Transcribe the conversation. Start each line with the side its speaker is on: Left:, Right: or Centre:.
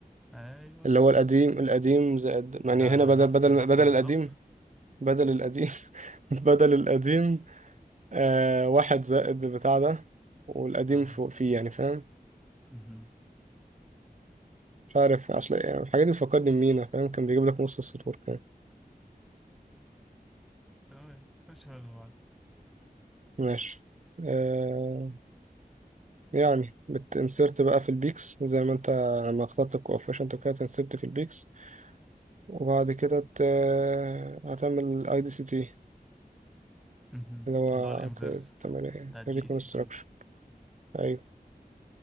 Centre: ايوه
Right: اللي هو القديم القديم زائد يعني
Centre: ده
Right: هنا بدل
Centre: نفس
Right: بدل
Centre: الرسمه
Right: بدل
Centre: بالظبط
Right: القديم بدل القديم <laughs> بدل القديم آه واحد زائد بتاع ده والقديم
Centre: اها
Right: فوق فيه يعني فاهم
Centre: مهم.
Right: مش عارف اصل يعني الحاجات دي بتفكرني بمينا فاهم كان بيجيب لك نص السطور كمان
Centre: تمام مش حلو بعض
Right: ماشي آه يعني بتنسرت بقى في البيكس زي ما انت لما اخترت الكوفيشنت وكده تنسرت في البيكس وبعد كده ت... هتعمل اي دي سي تي
Centre: مهم.
Right: اللي هو
Centre: اللي هو الانفيرس
Right: هت- تعمل ايه
Centre: بتاع الدي
Right: ريكونستراكشن
Centre: اس تي
Right: ايوه